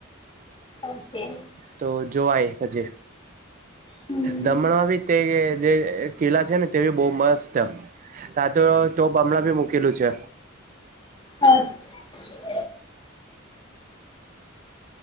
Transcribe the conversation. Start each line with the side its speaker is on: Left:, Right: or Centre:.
Left: ઓકે-
Right: તો જોવાય હજ
Left: હમ
Right: દમણમાં બી તે જે કિલ્લા છે ને- તેવી બહ મસ્ત તા તો ટોપ હમણાં બી મૂકેલું છે.
Left: હ <unintelligible>